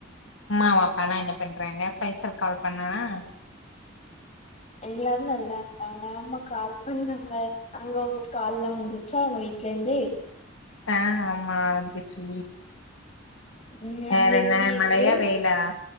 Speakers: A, on the left; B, on the left.
A: மாவு அப்பலா என்ன பண்றாங்க பைசல் கால் பண்ணானா
B: எல்லாரு நல்லா இருக்காங்க அம்மா கால் பண்ணாங்க அங்க உங்க கால்லா வந்துச்சா உங்க வீட்ல இந்து
A: அ ஆமா வந்துச்சி
B: ம்
A: வேற
B: அங்க
A: என்ன
B: எப்டி இருக்கு
A: மழையா வெயிலா